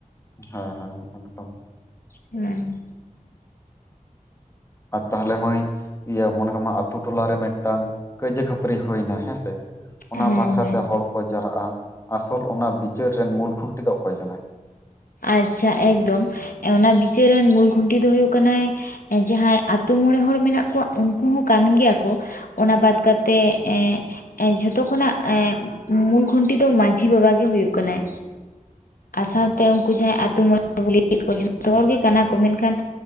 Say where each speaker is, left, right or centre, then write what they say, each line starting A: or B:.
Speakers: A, on the left (about 20°); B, on the left (about 80°).
A: ᱦᱮᱸ ᱦᱮᱸ ᱮᱠᱫᱚᱢ
B: ᱦᱩᱸ
A: ᱟᱨ ᱛᱟᱦᱚᱞᱮ ᱢᱟᱹᱭ ᱤᱭᱟᱹ ᱢᱚᱱᱮ ᱠᱟᱜ ᱢᱮ ᱟᱹᱛᱩ ᱴᱚᱞᱟ ᱨᱮ ᱢᱤᱫᱴᱟᱝ ᱠᱟᱹᱭᱡᱟᱹ ᱠᱷᱟᱹᱯᱟᱹᱨᱤ ᱦᱩᱭ ᱮᱱᱟ ᱦᱮᱸ ᱥᱮ ᱚᱱᱟ
B: ᱦᱮᱸ
A: ᱵᱟᱠᱷᱨᱟ
B: ᱦᱮᱸ
A: ᱛᱮ ᱦᱚᱲ ᱠᱚ ᱡᱟᱣᱨᱟᱜ-ᱟ ᱟᱥᱚᱞ ᱚᱱᱟ ᱵᱤᱪᱟᱹᱨ ᱨᱮᱱ ᱢᱩᱞ ᱠᱷᱩᱱᱴᱤ ᱫᱚ ᱚᱠᱚᱭ ᱠᱟᱱᱟᱭ
B: ᱟᱪᱪᱷᱟ ᱮᱠᱫᱚᱢ ᱚᱱᱟ ᱵᱤᱪᱟᱹᱨ ᱨᱮᱱ ᱢᱩᱞ ᱠᱷᱩᱱᱴᱤ ᱫᱚ ᱦᱩᱭᱩᱜ ᱠᱟᱱᱟᱭ ᱡᱟᱦᱟᱸᱭ ᱟᱹᱛᱩ ᱢᱚᱬᱮ ᱦᱚᱲ ᱢᱮᱱᱟᱜ ᱠᱚᱣᱟ ᱩᱱᱠᱩ ᱦᱚᱸ ᱠᱟᱱ ᱜᱮᱭᱟ ᱠᱚ ᱚᱱᱟ ᱵᱟᱫ ᱠᱟᱛᱮ ᱮᱸ ᱮᱸ ᱡᱷᱚᱛᱚ ᱠᱷᱚᱱᱟᱜ ᱮᱸ ᱢᱩᱞ ᱠᱷᱩᱱᱴᱤ ᱫᱚ ᱢᱟᱹᱡᱷᱤ ᱵᱟᱵᱟ ᱜᱮ ᱦᱩᱭᱩᱜ ᱠᱟᱱᱟᱭ ᱟᱨ ᱥᱟᱶᱛᱮ ᱩᱱᱠᱩ ᱡᱟᱦᱟᱸᱭ ᱟ ᱟᱹᱛᱩ ᱢᱚᱬᱮ ᱦᱚᱲ ᱵᱚᱱ ᱞᱟᱹᱭᱮᱫ ᱠᱚ ᱩᱱᱠᱩ ᱡᱚᱛᱚ ᱦᱚᱲ ᱜᱮ ᱠᱟᱱᱟ ᱠᱚ ᱢᱮᱱᱠᱷᱟᱱ